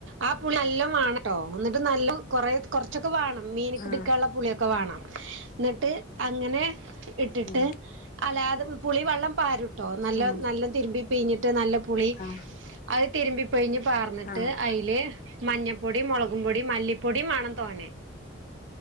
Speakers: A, on the right; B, on the left.
A: ആ പുളി എല്ലാം വേണംട്ടോ എന്നിട്ട് നല്ല കൊറെ കൊറച്ചൊക്കെ വാണം മീന്ക്ക്
B: ആഹ്
A: പിടിക്കാനുള്ള പുളിയൊക്കെ വാണം എന്നിട്ട് അങ്ങനെ ഇട്ടിട്ട്
B: ഉം
A: അല്ലാതെ പുളി വെള്ളം പാരുട്ടോ നല്ല
B: ഉം
A: നല്ല തിരുമ്പി പിഴിഞ്ഞിട്ട് നല്ല പുളി
B: ആഹ്
A: അത് തിരുമ്പി പൊഴിഞ്ഞ് പാർന്നിട്ട്
B: ആഹ്
A: അയില് മഞ്ഞപ്പൊടി മുളകും പൊടി മല്ലിപ്പൊടി വേണം തോനെ